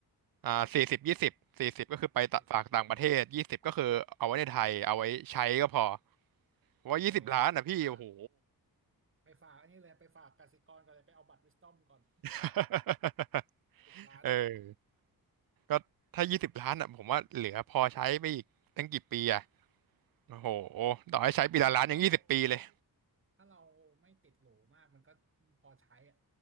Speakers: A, on the right; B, on the right.
A: อ่าสี่สิบยี่สิบสี่สิบก็คือไปตะฝากต่างประเทศยี่สิบก็คือเอาไว้ในไทยเอาไว้ใช้ก็พอ
B: ในสิบยี่สิบ
A: เพราะว่ายี่สิบล้านอ่ะพี่โอ้โห
B: ไปไปฝากไปฝากอันนี้เลยไปฝากกสิกรก่อนเลยไปเอาบัตรวิสตอมก่อน
A: <laughs>
B: <laughs> สิบล้าน
A: เออก็ถ้ายี่สิบล้านอ่ะผมว่าเหลือพอใช้ไปอีกตั้งกี่ปีอ่ะโอ้โหต่อให้ใช้ปีละล้านยังยี่สิบปีเลย
B: คือถ้าเราถ้าถ้าเราไม่ติดหรูมากมันก็พอใช้อ่ะ